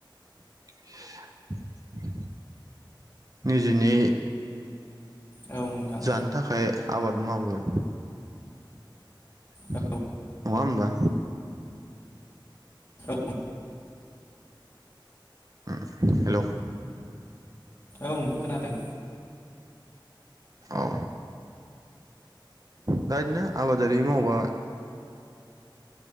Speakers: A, on the right; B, on the left.
A: <unintelligible> नैजिनै
B: औ नोंथां
A: जानो थाखाय आबाद मावो नङा
B: औ
A: होनबा
B: औ
A: उम हेलौ
B: औ खोनादों
A: औ दा इदिनो आबादारि मावबा